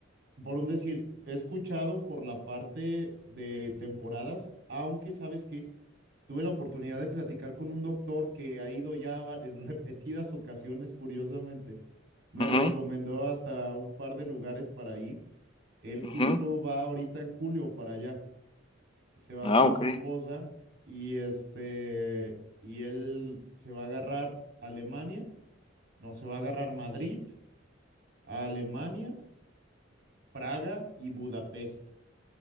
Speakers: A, on the right; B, on the left.
A: por un decir, he escuchado por la parte de temporadas, aunque sabes que tuve la oportunidad de platicar con un doctor que ha ido ya va- <laughs> en repetidas ocasiones, curiosamente. Me
B: Ujú,
A: recomendó hasta un par de lugares para ir. Él
B: ujú.
A: justo va ahorita en julio para allá. Se va
B: Ah,
A: con
B: ok.
A: su esposa y este, y él se va a agarrar Alemania, no, se va a agarrar Madrid, a Alemania Praga y Budapest.